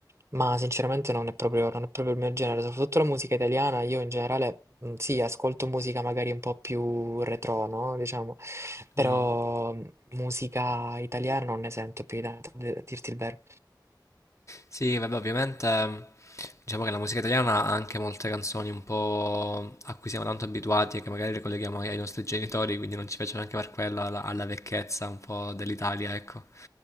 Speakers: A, on the right; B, on the left.
A: Ma sinceramente non è proprio, non è proprio il mio genere, soprattutto la musica italiana, io in generale mm, sì, ascolto musica magari un po' più retro, no? Diciamo. Però
B: Mm.
A: mm, Musica italiana non ne sento più di tanto, a dirti il vero.
B: Sì, vabbè, ovviamente diciamo che la musica italiana ha anche molte canzoni un po' a cui siamo tanto abituati e che magari le colleghiamo ai ai nostri genitori, quindi non ci piace neanche per quella alla, alla vecchezza un po' dell'Italia, ecco.